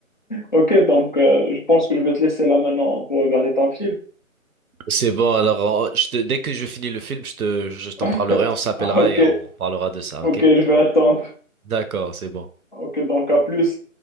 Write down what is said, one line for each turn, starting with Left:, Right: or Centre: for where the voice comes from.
Left: ok, donc euh, je pense que je vais te laisser là maintenant pour regarder ton film.
Right: C'est bon, alors on- je te- dès que je finis le film, je te, je t'en
Left: <laughs>
Right: parlerai, on s'appellera
Left: Ok,
Right: et on parlera de ça,
Left: ok,
Right: ok?
Left: je vais attendre.
Right: D'accord, c'est bon.
Left: Ok, donc à plus.